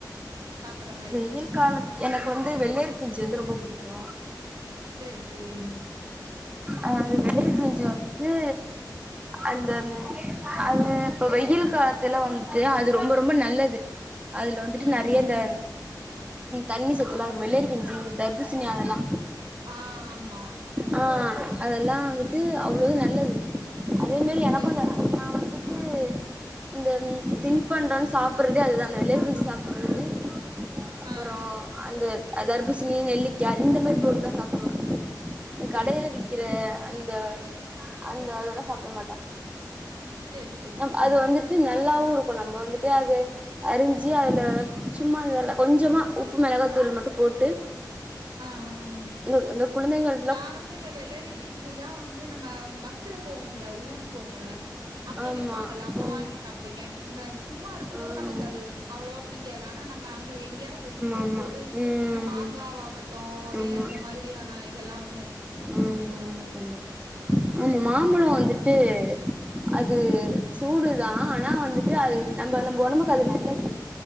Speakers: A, on the right (about 70°); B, on the right (about 20°).
A: சாப்பட்ற மாரி?
B: வெய்யில் காலத் எனக்கு வந்து வெள்ளேரி பிஞ்சு வந்து ரொம்ப புடிக்கு
A: சரி சரி
B: அஹ் அது வெள்ளர் பிஞ்சி வந்துட்டு அந்த ம் அது இப்ப வெய்யில் காலத்துல வந்துட்டு அது ரொம்ப ரொம்ப நல்லது அதுல வந்துட்டு
A: ம்.
B: நறைய இந்த தண்ணி சத்து எல்லா <unintelligible> வெள்ளரி பிஞ்சு இந்த தர்பூசணி அதெல்லா
A: ஆஹ் ஆமா
B: ஆ அதெல்லா வந்துட்டு அவ்ளோது நல்லது அதே மாரி எனக்கு
A: சரி,
B: <unintelligible>
A: சரி.
B: நா வந்து து இந்த தின் பண்ணறோன்னு சாப்றது அதுதா அந்த வெளியே பச்சு சாப்புறது அப்றோ
A: ஆ.
B: அந்த அ தர்பூசணி நெல்லிக்கா இந்த மாரி பொருள்லா <unintelligible> இந்த
A: சரி,
B: கடையில
A: சரி,
B: விக்கிற
A: சரி.
B: அந்த அந்த அதெல்லா சாப்பிட மாட்டே
A: செரி செரி
B: நம்
A: செரி
B: அது வந்துட்டு நல்லாவு இருக்கு நம்ம வந்துட்டு அது அறிஞ்சு அதுல சும்மா அந்தல கொஞ்சமா உப்பு மொளகாத்தூள் மட்டு போட்டு
A: ஆ, ஆ.
B: <unintelligible> குழந்தைகள்
A: நான் வந்து இந்த வெள்ளரி பிஞ்சுலாம் வந்து நம்ம பஸ்ல போவோம்ல ஊருக்கு போவோம்ல அப்ப
B: ஆமா
A: விப்பாங்கல்ல அப்ப
B: ஆ
A: வாங்கி சாப்டுருக்கே இந்த சும்மா இருக்கும் போது
B: ஆமா
A: நமக்கு அது அவளவா புடிக்காது ஆனா நம்ம மா அங்க எங்கேயாவுது வெளிய போகும்
B: ஆமா
A: போது
B: ஆமா ம்
A: இந்த மாங்காவாகட்டும்
B: ஆமா
A: இல்ல இந்த மாதிரியான அ இதெல்லாம்
B: ஆமா ஆமா கண்டிப்பா ஆமா மாம்பழோ வந்துட்டு அது சூடுதா ஆனா வந்துட்டு அது நம்ம நம்ம ஒடம்புக்கு அது நல்லது